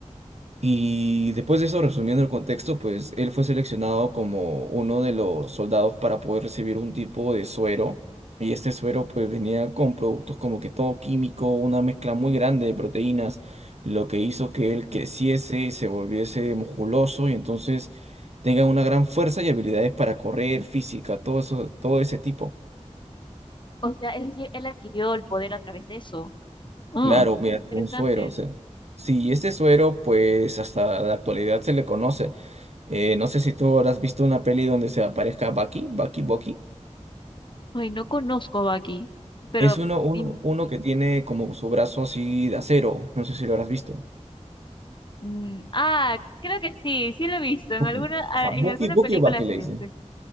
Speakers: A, on the right; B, on the left.
A: Y después de eso, resumiendo el contexto, pues él fue seleccionado como uno de los soldados para poder recibir un tipo de suero. Y este suero pues venía con productos como que todo químico, una mezcla muy grande de proteínas, lo que hizo que él creciese y se volviese musculoso y entonces tenga una gran fuerza y habilidades para correr, física, todo eso, todo ese tipo.
B: O sea, es decir, él adquirió el poder a través de eso. Ah,
A: Claro, mediante
B: interesante.
A: un suero, o sea. Sí, este suero, pues hasta la actualidad se le conoce. Eh, no sé si tú habrás visto una peli donde se aparezca Bucky, Bucky, Bucky.
B: Ay, no conozco a Baki, pero...
A: Es uno, uno,
B: im-
A: uno que tiene como su brazo así de acero. No sé si lo habrás visto.
B: mm, ah, creo que sí, sí lo he visto. En
A: Bucky.
B: alguna,
A: Ajá,
B: ah,
A: Bucky,
B: en alguna
A: Bucky
B: película
A: o Bucky
B: excelente.
A: le dicen.